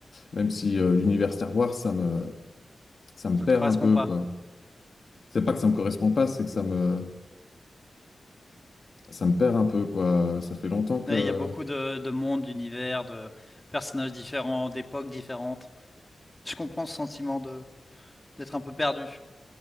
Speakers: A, on the left; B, on the left.
A: même si euh, l'univers Star Wars, ça me, ça me
B: ça
A: perd
B: te correspond
A: un peu,
B: pas.
A: quoi. C'est pas que ça me correspond pas, c'est que ça me, ça me perd un peu, quoi. Ça fait longtemps que.
B: Ouais, il y a beaucoup de, de mondes, d'univers, de personnages différents, d'époques différentes. Je comprends ce sentiment de d'être un peu perdu.